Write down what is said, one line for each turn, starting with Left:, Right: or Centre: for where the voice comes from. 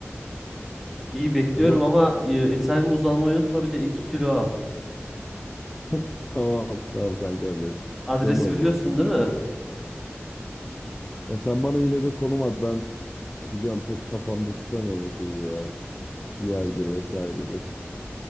Centre: İyi bekliyorum
Left: Olur.
Centre: ama e, ithal muz almayı unutma bir de 2 kilo al.
Left: <laughs> Tamam. Tamam kanka hadi.
Centre: Adresi
Left: Yapıyorum o
Centre: biliyorsun
Left: zaman şimdi.
Centre: değil mi?
Left: Ya sen bana yine de konum at. Ben biliyorum pek kafamda tutamıyorum o şeyi ya. Yerdir vesairedir.